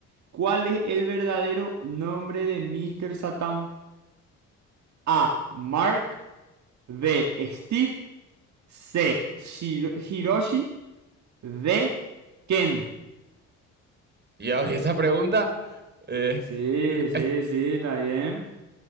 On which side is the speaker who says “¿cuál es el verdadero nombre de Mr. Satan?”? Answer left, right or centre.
Right